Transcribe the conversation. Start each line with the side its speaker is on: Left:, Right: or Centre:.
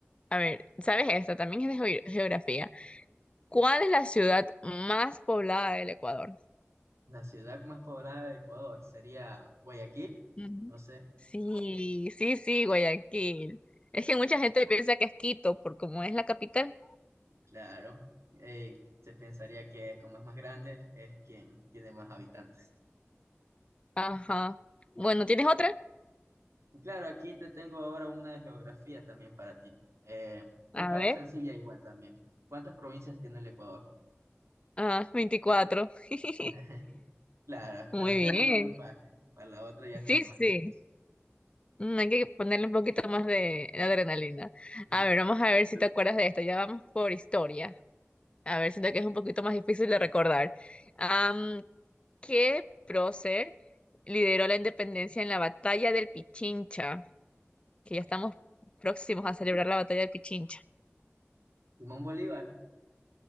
Left: A ver, ¿sabes esta? También es de geo- geografía. ¿Cuál es la ciudad más poblada del Ecuador?
Right: La ciudad más poblada de Ecuador sería Guayaquil.
Left: Ujú.
Right: No sé,
Left: Sí, sí, sí, Guayaquil. Es que mucha gente piensa que es Quito por como es la capital.
Right: claro. Eh, se pensaría que como es más grande, es quien tiene más habitantes.
Left: Ajá. Bueno, ¿tienes otra?
Right: Y Claro, aquí te tengo ahora una de geografía también para ti. Eh, esta
Left: A ver.
Right: es sencilla igual también. ¿Cuántas provincias tiene el Ecuador?
Left: Ah, 24. <laughs>
Right: <laughs> Claro,
Left: Muy
Right: te la estoy dejando
Left: bien.
Right: muy fácil. Para la otra ya
Left: Sí,
Right: es una más
Left: sí.
Right: difícil.
Left: Mm, Hay que ponerle un poquito más de adrenalina.
Right: Ya.
Left: A ver, vamos a ver si te acuerdas de esto. Ya vamos por historia. A ver, siento que es un poquito más difícil de recordar. Am, que prócer lideró la independencia en la batalla del Pichincha, que ya estamos próximos a celebrar la batalla del Pichincha.
Right: ¿Simón Bolívar